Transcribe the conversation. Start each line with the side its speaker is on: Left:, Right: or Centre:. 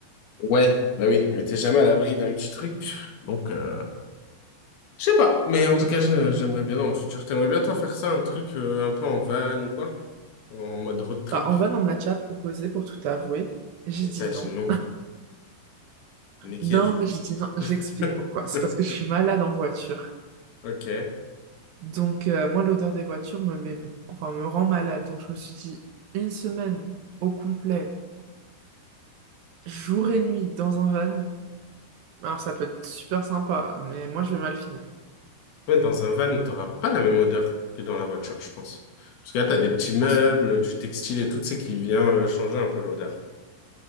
Left: Ouais, bah oui, mais t'es jamais à l'abri d'un petit truc. Donc, euh, je sais pas, mais en
Right: hmm.
Left: tout cas, je- j'aimerais bien, dans le futur, t'aimerais bien toi faire ça, un truc euh, un peu en van ou quoi? En mode road trip?
Right: Bah, en van, on me l'a déjà proposé pour tout avouer. J'ai
Left: Et
Right: dit
Left: t'as dit
Right: non.
Left: non. Mais qui
Right: Non,
Left: êtes-vous?
Right: mais j'ai dit non. J'explique
Left: <laughs>
Right: pourquoi. C'est parce que je suis malade en voiture.
Left: Ok.
Right: Donc, euh, moi, l'odeur des voitures me met, enfin, me rend malade. Donc, je me suis dit une semaine au complet, jour et nuit, dans un van. Alors, ça peut être super sympa, mais moi, je vais mal finir.
Left: Ouais, dans un van, t'auras pas la même odeur que dans la voiture, je pense. Parce que là, t'as des petits
Right: Je
Left: meubles,
Right: pense,
Left: du textile et tout, tu sais, qui vient euh, changer un peu l'odeur.